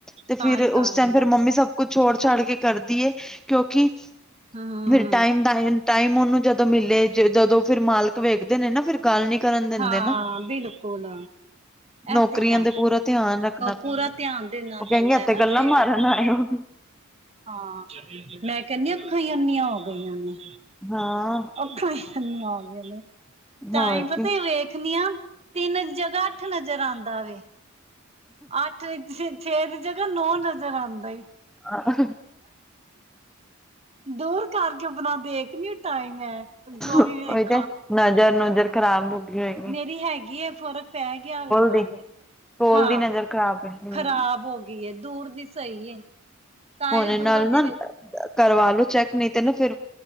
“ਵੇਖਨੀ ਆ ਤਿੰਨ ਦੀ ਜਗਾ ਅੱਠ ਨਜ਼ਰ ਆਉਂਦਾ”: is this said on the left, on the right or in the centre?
Right